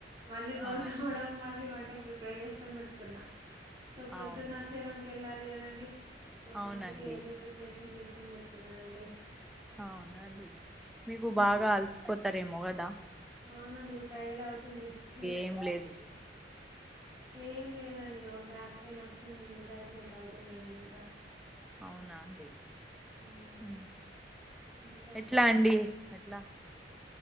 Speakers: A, on the right; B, in the centre.
A: మళ్ళీ బోల్దోమడం
B: అవును
A: మళ్ళీ వంటకు విప్ ఫ్రై చేసుకొన్ పెట్కున్న సొ పొద్దున్న
B: అవునండి
A: సెవెన్ కెళ్ళాలిగ రండి సొ
B: అవునండి
A: అందుకే అదే ప్రిప్రేషన్ చేస్ కొన్ బెట్కున్నానండి
B: అవునాఅండి మీకు
A: ఉమ్,
B: బాగా అల్పోత్ సరే మోగదా
A: అవునండి ఇప్పుడు టైర్డ్ అవుతుంది నిద్ర
B: ఏం లేదు
A: ఏం లేదండి ఇగో బ్యాక్ పేన్ అస్సుంది నిద్ర అచ్చినట్టు అవుతుందండి ఇంక
B: అవునా అండి
A: ఉమ్,
B: ఊ
A: ఇంకా
B: ఎట్లా అండి ఎట్లా